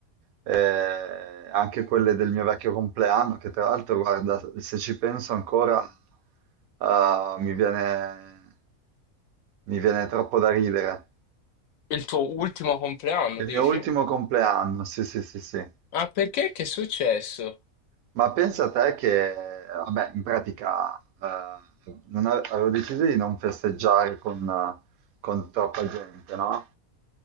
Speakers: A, on the right (about 80°); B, on the left (about 70°).
A: eh, anche quelle del mio vecchio compleanno, che tra l'altro, guarda, se ci penso ancora, ah, mi viene, mi viene troppo da ridere.
B: Il tuo ultimo compleanno,
A: Il
B: dici?
A: mio ultimo compleanno, sì, sì, sì, sì.
B: Ah, perché? Che è successo?
A: Ma pensa a te che, vabbè, in pratica eh, non ave- avevo deciso di non festeggiare con, eh, con troppa gente, no?